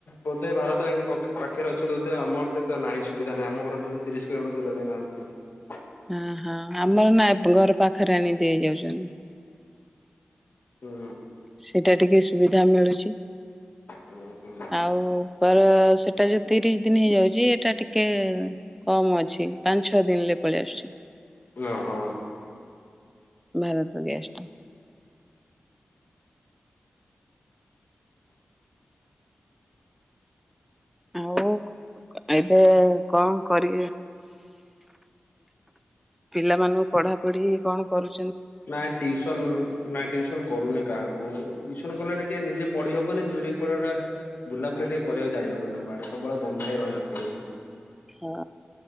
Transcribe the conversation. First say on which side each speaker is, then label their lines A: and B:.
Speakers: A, on the left; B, in the centre.
A: ବୋଧେ ଭାରତ ପାଖରେ ଅଛନ୍ତି ବୋଧେ ଆମରେ ତ ନାହିଁ ସୁବିଧା ନାହିଁ ଆମ ଘର ଠାରୁ ତିରିଶ କିଲୋମିଟର ଦୂରରେ ଭାରଙ୍କ।
B: ହ ହଁ ଆମର ନା ଘର ପାଖରେ ଆଣି ହେଇଯାଉଛନ୍ତି।
A: ହୁଁ
B: ସେଟା ଟିକେ ସୁବିଧା ମିଳୁଛି
A: ହୁଁ
B: ଆଉ ପର ସେଟା ଯୋଉ ତିରିଶ ଦିନ ହେଇଯାଉଛି ଏଟା ଟିକେ କମ ଅଛି ପାଞ୍ଚ ଛଅ ଦିନରେ ପଳେଇ ଆସୁଛି।
A: ଓହୋ।
B: ଭାରତ ଗ୍ୟସ ଟା। ଆଉ ଏବେ କଣ କର ପିଲାମାନଙ୍କୁ ପଢାପଢି କଣ କରୁଛି
A: ନାଇଁ ଟ୍ୟୁସନ୍ ନାଇଁ ଟ୍ୟୁଶନ କରୁନି କାହାକୁ। ଓ ଟଟିୁସନ କଲେ ଟିକେ ନିଜେ ପଢି ହବନି ଦୁଇରେ କୁଆଡେ ଗୁଡା। ବୁଲାବୁଲି ଟିକେ କରିବାକୁ ଯାଇ ହବନି କୁଆଡେ। ସବୁବେଳେ ବନ୍ଧା ହେଇ ରହିବାକୁ ପଡ଼ିବ।
B: ହଁ